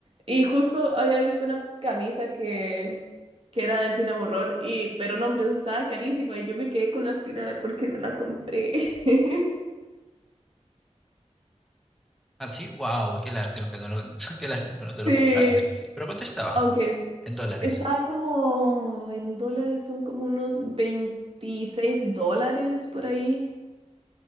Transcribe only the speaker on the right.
Y justo había visto una camisa que, que era del Cinnamon Roll, y, pero no, hombre, eso estaba carísima y yo me quedé con la espina de por qué no la compré. <laughs>
Sí,
aunque
estaba como en dólares, son como unos 26 dólares por ahí.